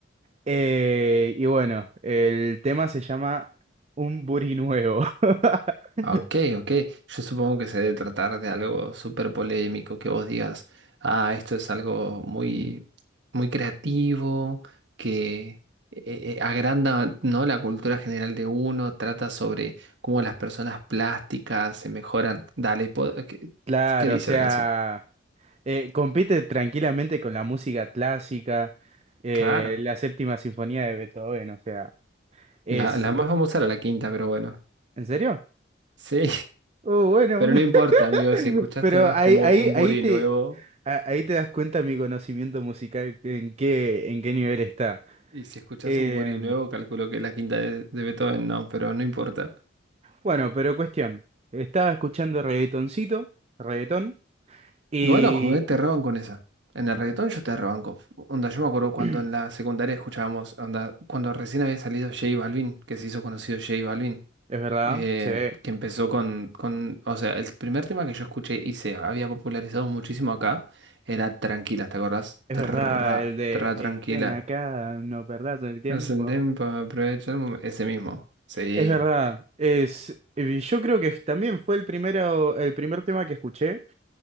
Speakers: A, on the right (about 30°); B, on the right (about 65°).
A: eh, y bueno, el tema se llama Un Buri Nuevo. <laughs>
B: Ah, ok, ok. Yo supongo que se debe tratar de algo súper polémico, que vos digas, ah, esto es algo muy, muy creativo, que eh, eh, agranda, ¿no? la cultura general de uno, trata sobre cómo las personas plásticas se mejoran. Dale, po- ¿qué,
A: Claro,
B: qué dice
A: o sea,
B: la canción?
A: eh, compite tranquilamente con la música clásica, eh,
B: Claro.
A: la séptima sinfonía de Beethoven, o sea, es...
B: La, la más famosa era la quinta, pero bueno.
A: ¿En serio?
B: Sí.
A: Oh, bueno,
B: Pero
A: <laughs>
B: no importa, amigo, si escuchaste
A: pero
B: más
A: ahí,
B: como
A: ahí,
B: un Bori
A: ahí te,
B: nuevo,
A: a- ahí te das cuenta mi conocimiento musical, en qué, en qué nivel está.
B: y si escuchas
A: Eh,
B: un Bori nuevo, calculo que la quinta de, de Beethoven no, pero no importa.
A: bueno, pero cuestión, estaba escuchando reggaetoncito, reggaetón, y...
B: Igual, ojo, eh, te roban con esa. En el reggaetón yo te rebanco. Onda, yo me acuerdo cuando
A: <clears throat>
B: en la secundaria escuchábamos, onda, cuando recién había salido J Balvin, que se hizo conocido J Balvin,
A: Es verdad,
B: eh,
A: sí.
B: que empezó con, con, o sea, el primer tema que yo escuché y se había popularizado muchísimo acá era Tranquila, ¿te acordás?
A: Es
B: Tra,
A: verdad, el de
B: tra, tranquila.
A: "Ey, ven acá, no perdás el tiempo.
B: Ascendemos para aprovechar el momento. Ese mismo. Sí.
A: Es verdad, es, eh, yo creo que también fue el primero, el primer tema que escuché.